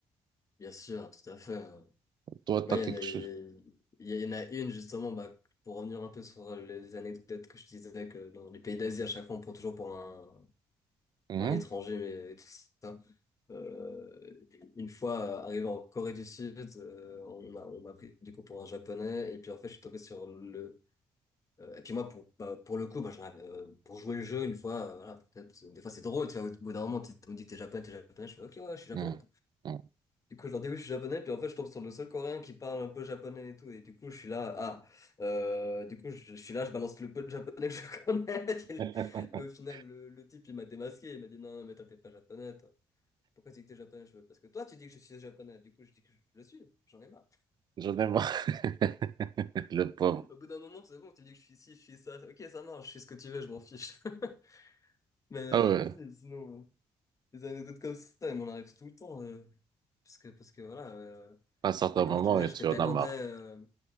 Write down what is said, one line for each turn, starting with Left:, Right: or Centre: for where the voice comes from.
Left: Bien sûr, tout à fait. hein.
Right: Toi,
Left: Moi,
Right: t'as
Left: il
Right: quelque
Left: y en a, il
Right: chose.
Left: y en a une, justement, bah, pour revenir un peu sur les, les anecdotes que je disais, que dans les pays d'Asie, à chaque fois, on prend toujours pour un,
Right: Mhm.
Left: un étranger, mais et tout ça. Euh, une fois euh, arrivé en Corée du Sud, euh, on m'a, on m'a pris du coup pour un japonais, et puis en fait, je suis tombé sur le, Euh, et puis moi, pour, bah, pour le coup, bah, j'en avais, euh, pour jouer le jeu, une fois, euh, voilà, peut-être, parce que des fois c'est drôle, tu vois, au bout d'un moment, tu- on me dit t'es japonais, t'es japonais, je fais ok, ouais, je suis japonais.
Right: Mhm.
Left: Ouais.
Right: Mhm.
Left: Du coup, je leur dis oui, je suis japonais, puis en fait, je tombe sur le seul coréen qui parle un peu japonais et tout, et du coup, je suis là, ah, euh, du coup, je, je suis là, je balance le peu de japonais que je <laughs> connais,
Right: <laughs>
Left: mais au final, le, le type, il m'a démasqué, il m'a dit non, mais toi, t'es pas japonais, toi. Pourquoi tu dis que t'es japonais? Je fais, parce que toi, tu dis que je suis japonais, du coup, je dis que je le suis, j'en ai marre.
Right: J'en ai marre. <laughs> Le pauvre.
Left: Au bout d'un moment, c'est bon, tu dis que je suis ci, je suis ça, ok, ça marche, je suis ce que tu veux, je m'en fiche. <laughs> Mais euh,
Right: Ah ouais.
Left: oui, sinon, euh, des anecdotes comme ça, il m'en arrive tout le temps. euh, parce que, parce que voilà, euh,
Right: À un certain
Left: typiquement,
Right: moment,
Left: je te disais, j'étais
Right: tu
Left: thaïlandais.
Right: en as marre.
Left: Euh,